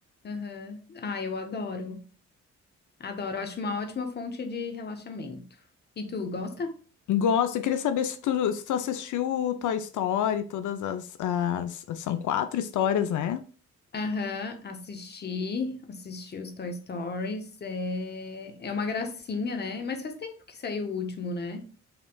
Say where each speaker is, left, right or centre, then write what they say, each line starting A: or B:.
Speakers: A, on the left (about 35°); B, on the left (about 85°).
A: Aham. Ah, eu adoro. Adoro, acho uma ótima fonte de relaxamento. E tu, gosta?
B: Gosto, eu queria saber se tu, se tu assistiu o Toy Story, todas as, as- São quatro histórias, né?
A: Aham, assisti, assisti os Toy Stories. É, é uma gracinha, né? Mas faz tempo que saiu o último, né?